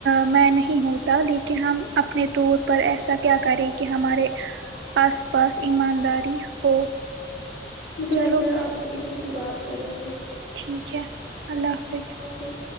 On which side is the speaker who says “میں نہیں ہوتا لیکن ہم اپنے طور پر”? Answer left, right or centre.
Right